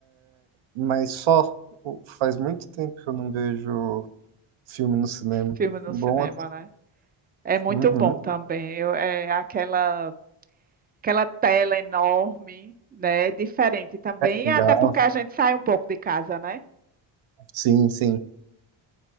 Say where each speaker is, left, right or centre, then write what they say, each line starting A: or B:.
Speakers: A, on the right (about 70°); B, on the right (about 20°).
A: Mas só faz muito tempo que eu não vejo filme no cinema.
B: filme no
A: Bom,
B: cinema, né? É muito
A: uhum,
B: bom também. Eu- é aquela, aquela tela enorme, né? É Diferente também,
A: legal.
B: até porque a gente sai um pouco de casa, né?
A: Sim, sim.